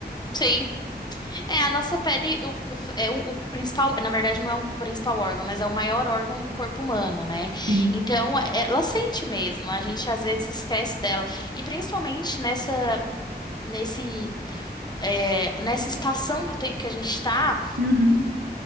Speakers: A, on the left; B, on the right.
A: Sim. É, a nossa pele o- é o, o principal, na verdade não é o principal órgão, mas é o maior órgão do corpo humano, né?
B: <laughs> Sim.
A: Então, é- é, ela sente mesmo, a gente às vezes esquece dela. E principalmente nessa, nesse, é, nessa estação do tempo que a gente tá.
B: Uhum.